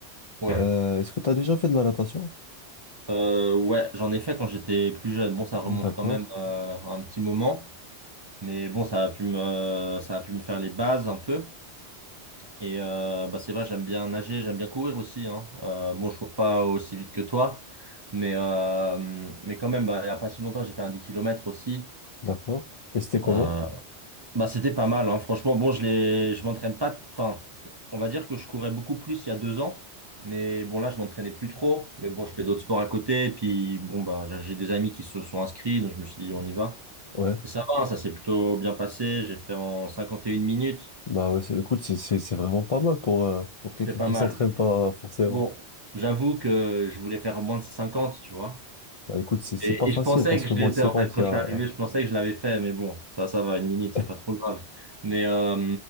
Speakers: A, on the right; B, on the left.
A: Ouais,
B: Euh, est-ce que tu as déjà fait de la natation?
A: Euh, ouais, j'en ai fait quand j'étais plus jeune. Bon, ça remonte
B: D'accord.
A: quand même euh, à un petit moment, mais bon, ça a pu me, ça a pu me faire les bases un peu. Et euh, bah c'est vrai, j'aime bien nager, j'aime bien courir aussi, hein. Euh, bon, je cours pas aussi vite que toi, mais, euh, mais quand même, bah, il n'y a pas si longtemps, j'ai fait un 10 km aussi.
B: D'accord. Et c'était comment?
A: Euh, bah, c'était pas mal, hein. Franchement, bon, je les, je m'entraîne pas. Enfin, on va dire que je courais beaucoup plus il y a deux ans, mais bon, là, je m'entraînais plus trop. Mais bon, je fais d'autres sports à côté, et puis bon, bah, j'ai j'ai des amis qui se sont inscrits, donc je me suis dit, on y va.
B: Ouais.
A: Et ça va, hein, ça s'est plutôt bien passé. J'ai fait en 51 minutes,
B: Bah ouais, c'est- écoute, c'est c'est- c'est vraiment pas mal pour, euh, pour quelqu'un
A: c'est pas
B: qui
A: mal.
B: s'entraîne pas euh, forcément.
A: Bon, j'avoue que je voulais faire moins de 50, tu vois.
B: Bah écoute, c'est c'est
A: Et,
B: pas facile
A: et je pensais
B: parce
A: que
B: que
A: je
B: moins
A: l'étais,
B: de 50,
A: en fait. Quand
B: il y
A: je
B: a...
A: suis arrivé, je pensais que je l'avais fait, mais bon, ça, ça va, une minute, c'est
B: <laughs>
A: pas trop grave. Mais, euh,